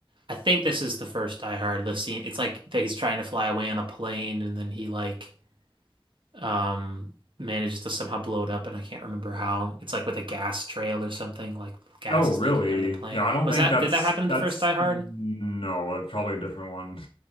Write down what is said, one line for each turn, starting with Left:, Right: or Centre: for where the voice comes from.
Right: I think this is the first Die Hard. the scene. It's like that he's trying to fly away on a plane, and then he like um manages to somehow blow it up, and I can't remember how. It's like with a gas trail or something. Like gas
Left: Oh, really?
Right: is leaking out of the plane.
Left: Yeah, I don't
Right: Was
Left: think
Right: that
Left: that's
Right: did that happen in
Left: that's
Right: the first Die Hard?
Left: no, it's probably a different one,